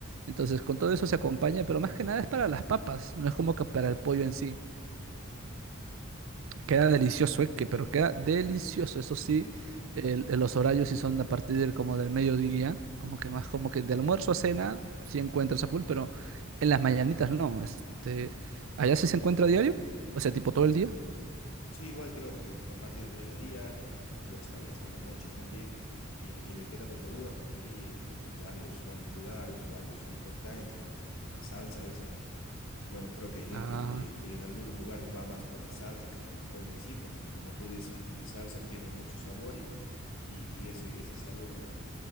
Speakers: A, on the right; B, on the left.
A: Entonces, con todo eso se acompaña, pero más que nada es para las papas, no es como que para el pollo en sí. Queda delicioso, eh, que- pero queda delicioso. Eso sí,
B: Sí.
A: el- los horarios sí son a partir del, como del mediodía, como que más como que de almuerzo a cena sí encuentras a full, pero en las mañanitas no. Este, allá sí se encuentra a diario, o sea, tipo todo el día.
B: Sí, igual creo que, que a partir del mediodía eh, y hasta, y hasta la noche también. Y, y me queda esa duda porque vi en, en varios, varios lugares o varios reportajes el- la salsa esa que, bueno, creo que hay gente
A: Ah,
B: que en algunos lugares va más por la salsa que por el pollo en sí, porque como tú dices, la, la salsa tiene mucho sabor y, y, y ese, ese sabor lo,